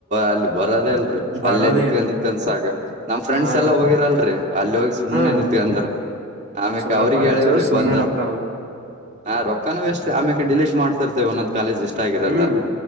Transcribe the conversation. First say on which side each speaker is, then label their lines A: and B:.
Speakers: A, on the right; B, on the right.
A: ಅಲ್ಲಿ ಬರೋದೇ ಅಲ್ರರಿ
B: ಬರೋದೇ
A: ಅಲ್ಲೇ ನಿಂತ್ಕ
B: ಇಲ್ರಿ
A: ನಿಂತ ಅನ್ಸಾಗ ನಮ್ಮ ಫ್ರೆಂಡ್ಸ್
B: ಹಾ
A: ಎಲ್ಲಾ ಹೋಗಿರಲ್ರರಿ ಅಲ್ಲಿ ಹೋಗಿ ಸುಮನೆ
B: ಹಾ
A: ನಿಂತ ಂದ್ರ ಆಮ್ಯಕ
B: ಸುಮ್ಮನೆ
A: ಅವ್ರಿಗೆ
B: ಪಾಳಚು
A: ಹೇಳೇವ್ರಿ
B: ಸುಮ್ಮನೆ
A: ಬಂದ
B: ರೊಕ್ಕ
A: ಹಾ ರೊಕ್ಕನೂ ಎಷ್ಟ ಆಮ್ಯಕ್ ಡಿಲೀಟ್ ಮಾಡ್ತಿರ್ತೆೇವೆ ಒಂದೊಂದ್ ಕಾಲೇಜ್ ಇಷ್ಟ ಆಗಿರಲ್ಲ
B: ಹ್ಮ್